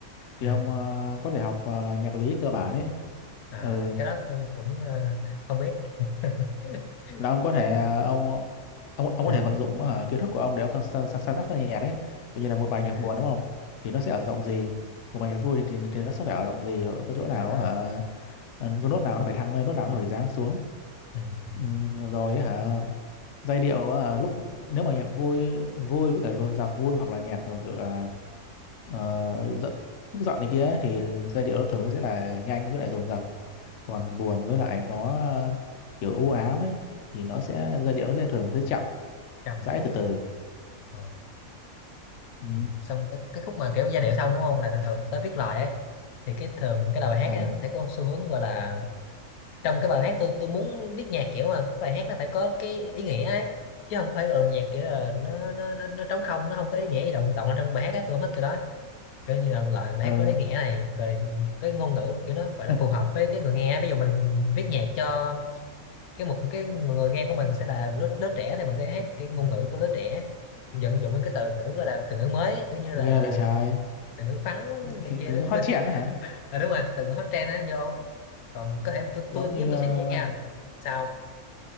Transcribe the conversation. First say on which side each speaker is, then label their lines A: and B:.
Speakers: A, on the left (about 60°); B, on the left (about 80°).
A: thì
B: ừ.
A: ông ờ, có thể học ờ, nhạc lý cơ bản ấy
B: à,
A: ừ
B: thì cái đó tôi cũng ờ, không biết <laughs>
A: là ông có thể ờ, ông ờ, ông ông
B: ừ.
A: có thể vận dụng ờ, kiến thức của ông để ông sáng sáng sáng- sáng tác ra nhạc ấy kiểu như là một bài
B: Ừ.
A: nhạc buồn đúng không thì nó sẽ ở giọng gì một bài nhạc vui thì thì, thì nó sẽ phải ở giọng gì có chỗ nào
B: À.
A: hả ờ, có nốt nào nó phải thăng lên nốt nào nó phải giáng xuống
B: Ừ. Ừ.
A: ừ, rồi hả giai điệu à, lúc nếu mà nhạc vui vui với cả dồn dập vui hoặc là nhạc kiểu kiểu là ờ, giận tức giận này kia ấy, thì giai điệu
B: Ờ,
A: nó thường nó sẽ là nhanh với lại dồn dập còn buồn với lại nó ờ, kiểu u ám ấy thì nó sẽ giai điệu nó sẽ thường sẽ chậm
B: cầm
A: rãi
B: lại
A: từ từ
B: rồi Ờ.
A: ừ
B: ừ. xong cái, cái khúc mà kiểu giai điệu xong đúng không là thường thường tới viết lời ấy thì cái thường cái lời bài
A: ờ
B: hát ấy, sẽ có xu hướng gọi là trong cái bài hát tôi tôi muốn viết nhạc kiểu mà bài hát nó phải có cái ý nghĩa ấy chứ không có phải là nhạc kiểu là nó nó nó, nó trống không nó không có ý nghĩa gì động động ở trong bài hát ấy, tôi không thích kiểu đó kiểu như là loại bài
A: ờ
B: hát có ý nghĩa này rồi cái ngôn ngữ kiểu nó phải là
A: <laughs>
B: phù hợp với cái người nghe ví dụ mình viết nhạc cho cái một cái người, người nghe của mình sẽ là lứa lứa trẻ thì mình sẽ hát cái ngôn ngữ của lứa trẻ vận dụng những cái từ ngữ gọi là từ ngữ mới kiểu như
A: ghê
B: là
A: vậy trái
B: từ ngữ phắn này
A: cái
B: kia
A: thứ
B: đó chúng
A: hot
B: mình
A: trend đó hả
B: à đúng rồi từ ngữ hot trend á vô còn có thể tôi
A: giống
B: tôi nhớ
A: như
B: tôi
A: ờ
B: thích vậy nha sao